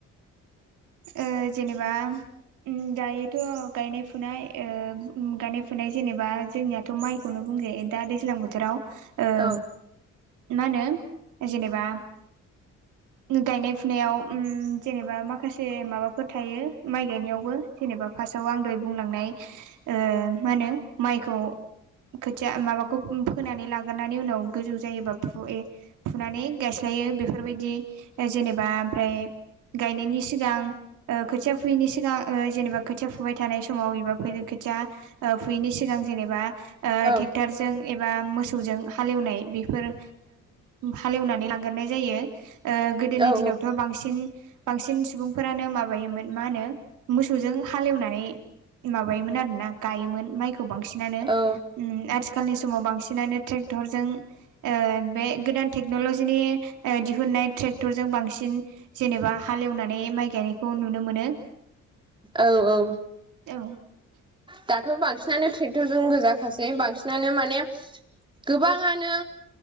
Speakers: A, on the right; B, on the right.
A: ओ जेनेबा दायोथ' गायनाय फुनाय ओ गायनाय फुनाय जेनेबा जोंनियाथ' माइ बेखौनो बुंजायो दा दैज्लां बोथोराव ओ
B: औ
A: मा होनो जेनेबा गायनाय फुनायाव जेनेबा माखासे माबाफोर थायो माइ गायनायावबो जेनेबा फार्स्टाव आं दहाय बुंलांनाय ओ मा होनो माइखौ खोथिया मााबाखौ फोनानै लाग्रोनानै उनाव गोजौ जायोबा फुयो। फुनानै गायस्लायो बेफोरबायदि जेनेबा ओमफ्राय गायनायनि सिगां खोथिया फुयैनि सिगां ओ जेनेबा खोथिया फुबाय थानाय समाव एबा खोथिया ओ फुयैनि सिगां जेनेबा
B: औ
A: ट्रेक्टारजों एबा मोसौजों हालेवनाय बेफोर हालेवनानै ला गोरनाय जायो। ओ गोदोनि
B: औ
A: दिनावथ' बांसिन बांसिन सुबुंफोरानो माबायोमोन मा होनो? मोसौजों हालेवनानै माबायोमोन आरो ना गायोमोन माइखौ बांसिनानो।
B: औ
A: आथिखालनि समाव बांसिनानो ट्रेक टरजों ओ बे गोदान टेक्नलजिनि दिहुननाय ट्रेक्टरजों बांसिन जेनेबा हालेवनानै माइ गायनायखौ नुनो मोनो।
B: औ औ।
A: औ
B: दाथ' बांसिनानो ट्रेक्टरजों गोजाखासै बांसिन नानो माने गोबाङानो